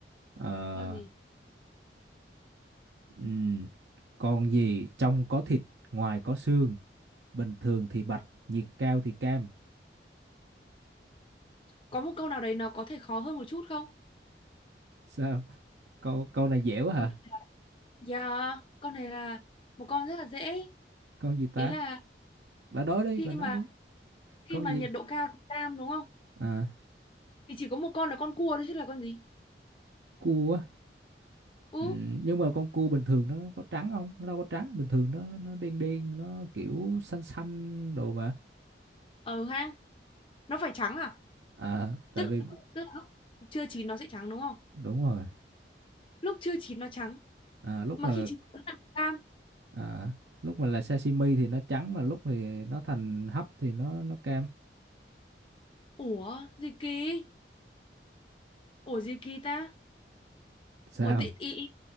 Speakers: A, on the right; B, on the left.
A: Ờ,
B: Con gì?
A: ừm, con gì trong có thịt, ngoài có xương, bình thường thì bạch, nhiệt cao thì cam.
B: Có một câu nào đấy nó có thể khó hơn một chút không?
A: Sao? Câu câu này dễ quá hả?
B: Câu trả lời- Dạ, con này là một con rất là dễ.
A: Con gì ta?
B: Ý là
A: Bà nói đi,
B: khi
A: bà nói
B: mà
A: đi.
B: khi
A: Con
B: mà
A: gì?
B: nhiệt độ cao thì cam đúng không?
A: À,
B: Thì chỉ có một con là con cua thôi chứ là con gì?
A: cua
B: Ừ,
A: Ừ, nhưng mà con cua bình thường nó có trắng không? Nó đâu có trắng, bình thường nó nó đen đen, nó kiểu xanh xanh đồ mà.
B: ở hang. Nó phải trắng à?
A: À, tại
B: Tức
A: vì
B: tức là lúc chưa chín nó sẽ trắng đúng không?
A: đúng rồi.
B: Lúc chưa chín nó trắng,
A: À, lúc
B: mà
A: mà
B: khi chín nó là cam.
A: à, lúc mà là sashimi thì nó trắng mà lúc thì nó thành hấp thì nó nó cam.
B: Ủa, gì kỳ? Ủa gì kỳ ta?
A: Sao?
B: Ủa tị ý, ý